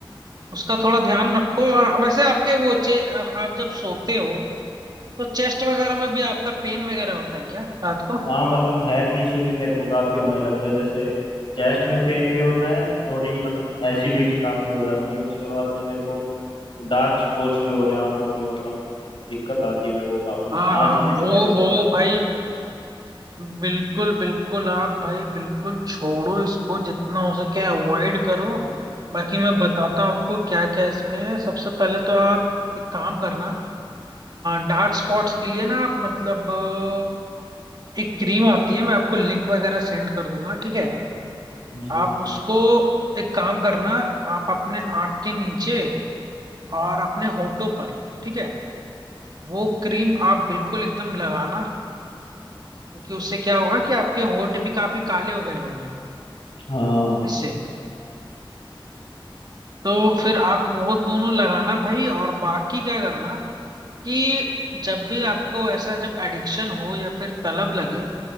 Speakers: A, on the right; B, on the left.
A: उसका थोड़ा ध्यान रखो और वैसे आपके वो चे आप जब सोते हो तो चेस्ट वगैरह में भी आपका पेन वगैरह होता है क्या रात को
B: हाँ मतलब हेल्थ इशू भी मेरे को काफी होने लग गए जैसे चेस्ट में पेन भी होता है थोड़ी मतलब एसिडिटी काफी हो जाती है उसके बाद में मेरे को डार्क स्पॉट्स भी हो रहे हैं आंखों पे मतलब दिक्कत आती है मेरे को काफी
A: हाँ
B: सांस
A: हाँ
B: लेने
A: वो
B: में भी कुछ
A: वो
B: दिक्कत
A: भाई
B: आने लग
A: बिल्कुल बिल्कुल आप भाई बिल्कुल छोड़ो इसको जितना हो सके अवॉइड करो
B: गई
A: बाकी मैं बताता हूँ आपको क्या क्या इसमें है सबसे पहले तो आप एक काम करना डार्क स्पॉट्स के लिए ना आप मतलब अ, एक क्रीम आती है मैं आपको लिंक वगैरह सेंड कर दूंगा ठीक है
B: जी
A: आप उसको एक काम करना आप अपने आँख के नीचे और अपने होठों पर ठीक है वो क्रीम आप बिल्कुल एकदम लगाना क्योंकि उससे क्या होगा कि आपके होठ भी काफी काले हो गए होंगे
B: हाँ
A: इससे तो फिर आप वो दोनों लगाना भाई और बाकी क्या करना कि जब भी आपको ऐसा जब एडिक्शन हो या फिर तलब लगे